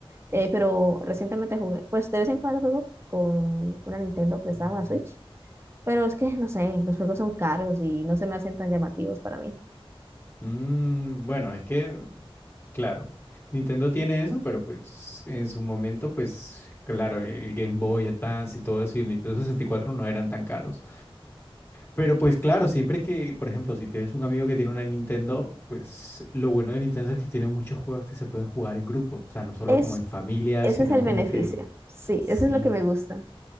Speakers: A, on the right; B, on the left.
A: Eh, pero recientemente jugué, pues de vez en cuando juego con una Nintendo prestada, una Switch. Pero es que, no sé, los juegos son caros y no se me hacen tan llamativos para mí.
B: Mm, bueno, es que, claro, Nintendo tiene eso, pero pues en su momento, pues claro, el Game Boy Advance y todo eso y el Nintendo sesenta y cuatro no eran tan caros. Pero pues claro, siempre que, por ejemplo, si tienes un amigo que tiene una Nintendo, pues lo bueno de Nintendo es que tiene muchos juegos que se pueden jugar en grupo, o sea, no solo
A: Es,
B: como en familia,
A: ese
B: sino
A: es el
B: como
A: beneficio.
B: que lo-
A: Sí,
B: sí.
A: eso es lo que me gusta.